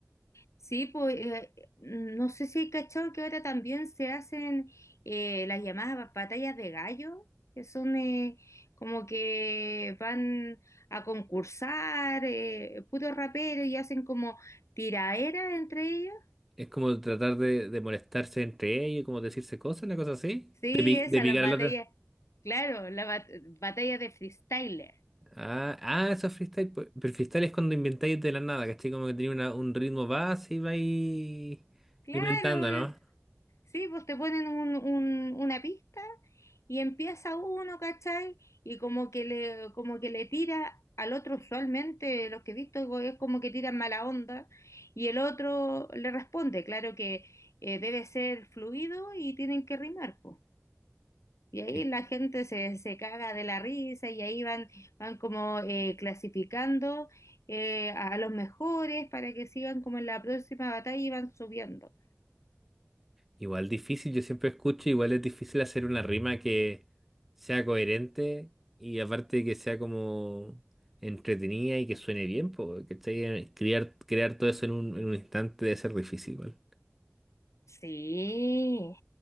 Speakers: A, on the left; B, in the centre.
A: Sí, pues eh, no sé si hay cachado que ahora también se hacen eh, las llamadas ba- batallas de gallo, que son eh, como que van a concursar eh, puros raperos y hacen como tiraera entre ellos.
B: Es como tratar de, de molestarse entre ellos, como decirse cosas, una cosa así,
A: Sí,
B: de, pi-
A: esas
B: de picar
A: las batallas,
B: al otro.
A: claro, las bat- batallas de freestyler.
B: Ah, ah, eso es freestyle. pues. Pero freestyle es cuando inventáis de la nada, ¿cachai? Como que tenía una- un ritmo base y vais
A: Claro,
B: inventando, ¿no?
A: Sí, pues te ponen un- un- una pista y empieza uno, ¿cachai? Y como que le, como que le tira al otro, usualmente los que he visto go- es como que tiran mala onda y el otro le responde, claro que eh, debe ser fluido y tienen que rimar, pues. Y ahí
B: Sí.
A: la gente se, se caga de la risa y ahí van, van como eh, clasificando eh, a los mejores para que sigan como en la próxima batalla y van subiendo.
B: Igual difícil, yo siempre escucho, igual es difícil hacer una rima que sea coherente y aparte que sea como entretenida y que suene bien, po, ¿cachai? Crear, crear todo eso en un, en un instante debe ser difícil, igual.
A: Sí,